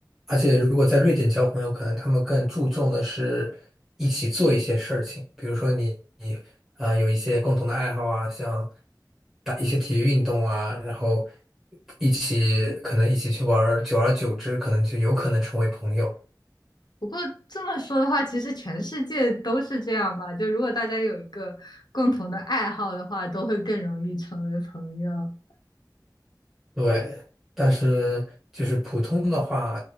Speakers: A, in the centre; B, on the left.
A: 而且如果在瑞典交朋友，可能他们更注重的是一起做一些事情，比如说你你呃有一些共同的爱好啊，像打一些体育运动啊，然后一起可能一起去玩儿久而久之可能就有可能成为朋友。
B: 不过这么说的话，其实全世界都是这样吧。就如果大家有一个共同的爱好的话，都会更容易成为朋友。
A: 对，但是就是普通的话，